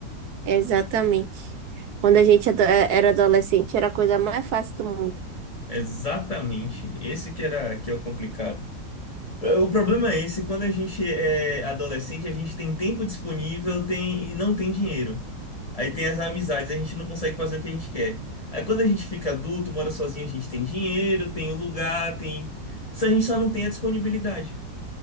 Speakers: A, on the right; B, on the left.
A: Exatamente. Quando a gente ado- é- era adolescente, era a coisa mais fácil do mundo.
B: Exatamente. Esse que era que é o complicado. É, O problema é esse, quando a gente é adolescente, a gente tem tempo disponível, tem e não tem dinheiro. Aí tem as amizades, a gente não consegue fazer o que a gente quer. Aí quando a gente fica adulto, mora sozinho, a gente tem dinheiro, tem o lugar, tem. Se a gente só não tem a disponibilidade.